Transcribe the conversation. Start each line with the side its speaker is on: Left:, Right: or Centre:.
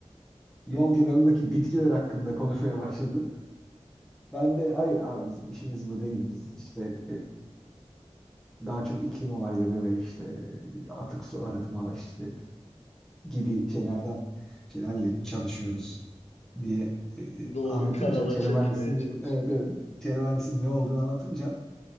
Centre: yol kenarındaki bitkiler hakkında konuşmaya başladı. Ben de hayır abi bizim işimiz bu değil. Biz işte daha çok iklim olayları ve işte atık su arıtma işte gibi şeylerden şeylerle çalışıyoruz diye e,
Left: doğru
Centre: anlatınca
Left: kanala
Centre: çevre
Left: çekmeye
Centre: mühendisliği
Left: çalışınca.
Centre: evet, evet, çevre mühendisliğinin ne olduğunu anlatınca